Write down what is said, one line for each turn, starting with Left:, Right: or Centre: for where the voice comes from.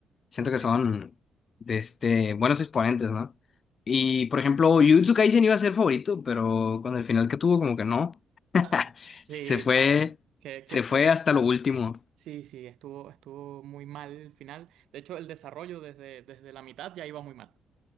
Left: Siento
Right: Ok.
Left: que son de este, buenos exponentes, ¿no? Y por ejemplo, Jujutsu Kaisen iba a ser favorito, pero con el final que tuvo, como que no. <laughs>
Right: Ah, sí,
Left: Se fue,
Right: no, bueno, ¿qué,
Left: se
Right: qué podemos
Left: fue hasta
Right: buscar?
Left: lo último.
Right: Sí, sí, estuvo, estuvo muy mal el final. De hecho, el desarrollo desde, desde la mitad ya iba muy mal.